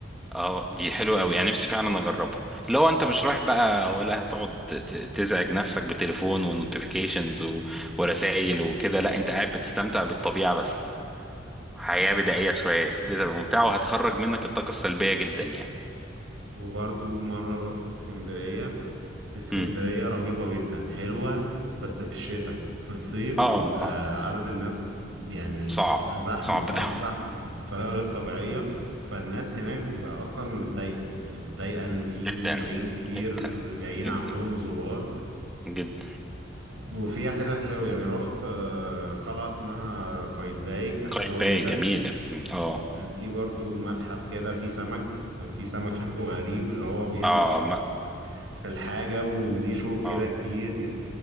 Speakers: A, in the centre; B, on the right.
A: اه دي حلوة قوي انا نفسي فعلا اجربها لو انت مش رايح بقى ولا هتقعد ت- تزعج نفسك بتليفون ونوتيفيكيشنز و... ورسائل وكده لا انت قاعد بتستمتع بالطبيعة بس حياة بدائية شوية اكيد هتبقى ممتعة وهتخرج منك الطاقة السلبية جدا يعني
B: وبرضو مرة روحت اسكندرية اسكندرية
A: امم
B: رهيبة جدا حلوة بس في الشتاء في الصيف
A: اه
B: بيبقى عدد الناس يعني
A: صعب
B: بتبقى زحمة
A: صعب
B: اه
A: قوي
B: زحمة بطريقة غير طبيعية فالناس هناك بتبقى أصلا متضايقة يعني متضايقة إن في
A: جدا
B: مصريين كتير
A: جدا
B: جايين
A: جدا
B: عندهم زوار
A: جدا
B: وفيها حتت حلوة يعني رحت آه، قلعة اسمها قايتباي كانت
A: قايتباي
B: حلوة جدا
A: جميلة مم. اه
B: وكان في برضو متحف كده فيه سمك كان فيه سمك شكله غريب اللي هو بيلزق
A: اه ما-
B: في ال- <laughs> في الحاجة وليه شوك
A: اه
B: كده كتير يعني